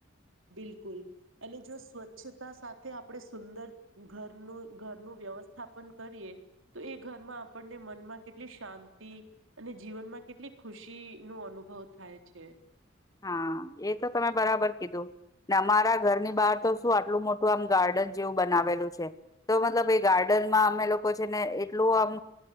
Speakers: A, on the right (about 85°); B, on the left (about 20°).
A: બિલકુલ અને જો સ્વચ્છતા સાથે આપણે સુંદર ઘરનું ઘરનું વ્યવસ્થાપન કરીએ તો એ ઘરમાં આપણને મનમાં કેટલી શાંતિ અને જીવનમાં કેટલી ખુશી નો અનુભવ થાય છે
B: હા એ તો તમે બરાબર કીધું અમારા ઘરની બહાર તો શું આટલું મોટું આમ ગાર્ડન જેવું બનાવે બનાવેલું છે તો મતલબ એ ગાર્ડનમાં અમે લોકો છે ને એટલું આમ